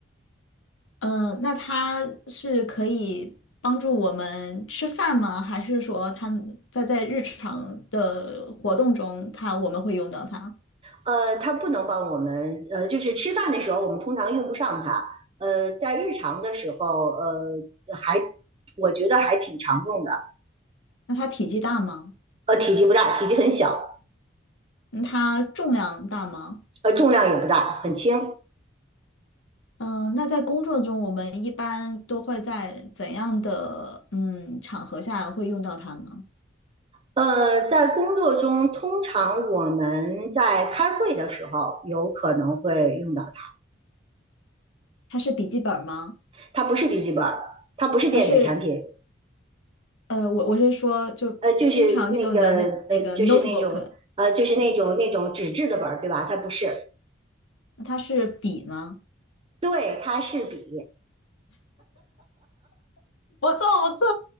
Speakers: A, on the left; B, on the right.
A: 嗯，那它是可以帮助我们吃饭吗？还是说它在在日常的活动中它，我们会用到它？
B: 呃，它不能帮我们，呃，就是吃饭的时候我们通常用不上它，呃，在日常的时候，呃，还我觉得还挺常用的，
A: 那它体积大吗？
B: 呃，体积不大，体积很小，
A: 嗯它重量大吗？
B: 呃，重量也不大，很轻。
A: 嗯、呃那在工作中，我们一般都会在怎样的嗯场合下会用到它呢？
B: 呃，在工作中，通常我们在开会的时候有可能会用到它，
A: 它是笔记本儿吗？
B: 它不是笔记本它不是电子产品，
A: 它是呃，我我是说，就通常用的那那个
B: 呃，就是那个呃，就是那种呃，
A: notebook，
B: 就是那种那种纸质的本对吧？它不是，
A: 它是笔吗？
B: 对，它是笔。
A: 不错不错，